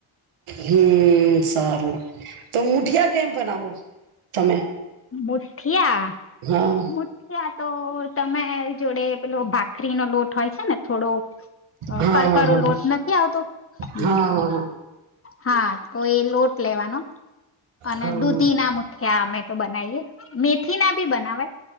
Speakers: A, on the right; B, on the left.
A: હમ. સારું. તો મુઠિયા કેમ બનાવો તમે?
B: મુઠીયા.
A: હા
B: મુઠીયા તો તમાયે જોડે પેલો ભાખરીનો લોટ હોય છે ને થોડો અ
A: હા
B: કારો કારો
A: હા હા હા
B: લોટ નથી આવતો, હમ
A: હા
B: હા તો એ લોટ લેવાનો. અને
A: હા હા
B: દૂધી ના મુઠિયા અમે બનાયે, મેથીના બી બનાવાય